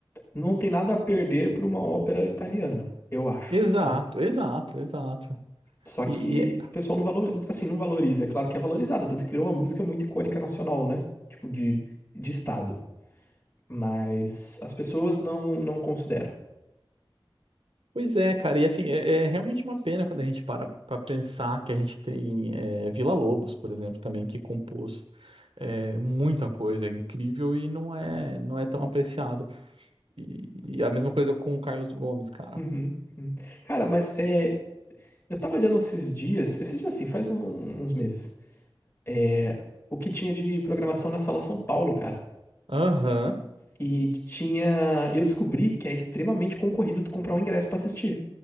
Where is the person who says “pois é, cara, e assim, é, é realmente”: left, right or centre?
Right